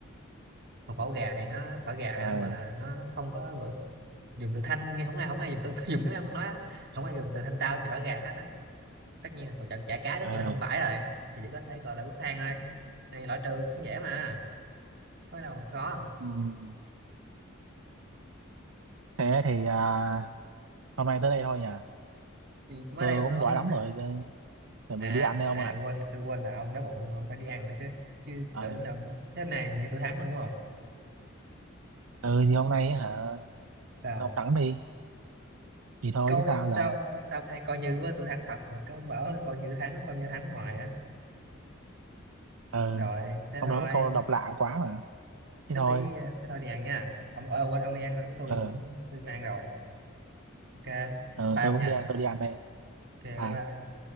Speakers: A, on the right (about 55°); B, on the right (about 80°).
A: còn phở gà thì nó phở gà
B: Ờ
A: thì nó gọi là nó không có gọi- dùng từ thanh nghe không ai không ai dùng từ <laughs> dùng tiếng Anh nói á. không ai dùng từ thanh tao cho phở gà hết á tất nhiên là còn chọn chả cá tất
B: Ờ,
A: nhiên là không phải rồi thì chỉ có thể gọi là bút thang thôi này loại trừ cũng dễ mà có đâu mà khó
B: ừm, thế thì à, hôm nay tới đây thôi nhỉ.
A: Thì mới
B: Tôi
A: đây mà
B: cũng
A: ông
B: đói lắm rồi,
A: <laughs>
B: tôi chuẩn
A: à
B: bị đi ăn đây
A: à
B: ông ạ.
A: quên tôi quên là ông đói bụng ông phải đi ăn nữa chứ chứ
B: Ờ,
A: tưởng là ông thế này hình như tôi thắng rồi đúng không
B: ừ thì hôm nay hả,
A: sao
B: ông thẳng đi, thì thôi
A: coi
B: chứ sao
A: sao
B: giờ.
A: sao sao hay coi như quá tôi thắng thật mà cứ bảo ơi, coi như thắng coi như thắng hoài á
B: Ờ,
A: rồi thế
B: ông
A: thôi
B: nói với câu độc lạ quá mà. Thế
A: thế
B: thôi,
A: tí ờ, thế thôi đi ăn nha ông ơi quên ông đi ăn thôi chứ tôi
B: ờ,
A: cũng tôi cũng ăn rồi ok
B: ờ,
A: bye
B: tôi
A: ông
B: cũng
A: nha
B: đi, tôi đi ăn đây.
A: ok
B: Bye.
A: bye bye